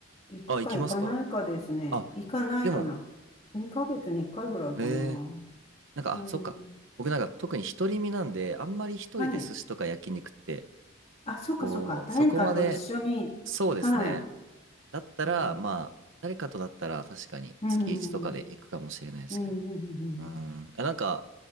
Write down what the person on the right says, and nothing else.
あ、行きますかあ、
でも、
ええなんか、
あ、そっか。僕なんか特に独り身なんで、あんまり一人で寿司とか焼肉って、
こう、
そこまで、そうですね。
だったら、
まあ、誰かとだったら確かに月1とかで行くかもしれないですけど。
うん。あなんか、